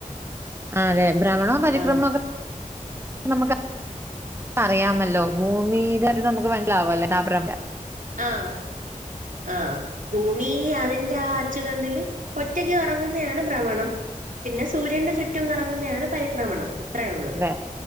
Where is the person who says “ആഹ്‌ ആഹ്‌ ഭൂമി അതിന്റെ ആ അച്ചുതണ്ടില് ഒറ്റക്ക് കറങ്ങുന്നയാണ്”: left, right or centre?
Right